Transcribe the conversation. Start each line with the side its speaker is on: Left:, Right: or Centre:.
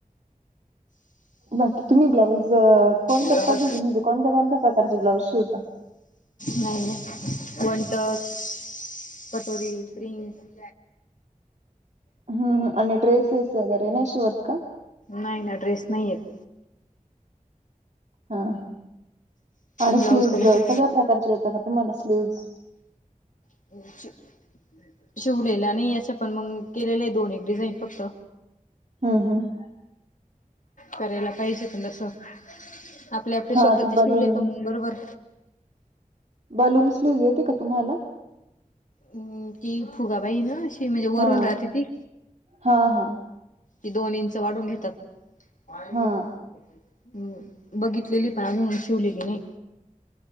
Right: बाकी तुम्ही ब्लाऊज कोणत्या
Left: नाही
Right: पद्धतीने कोणत्या कोणत्या प्रकारचे ब्लाउज शिवता?
Left: नाही ना वंटक कटोरी प्रिंगस
Right: हम् आणि ड्रेसेस वगैरे नाही शिवत का?
Left: नाही ना ड्रेस नाही येत.
Right: हा ह आणि
Left: ब्लाऊज
Right: स्लिवज
Left: पण असे
Right: सगळ्या प्रकारचे येतात का तुम्हाला स्लीवज
Left: <unintelligible> शिवलेलं नाही असं पण मग केलेले आहे दोन एक डिझाईन फक्त
Right: हम्म हम्
Left: करायला पाहिजे पण जस आपले आपले
Right: हा
Left: स्वतःचे
Right: ते
Left: शिवले
Right: बलून
Left: काय मग बरोबर
Right: बलून्स स्लीव्ह येते का तुम्हाला?
Left: हम्म ती फुगा बाही ना अशी म्हणजे वरून
Right: हा
Left: राहते ती.
Right: हा हा.
Left: हि दोन इंच वाढून घेतात. हम्म
Right: हा
Left: बघितलेली पण अजून शिवलेली नाही.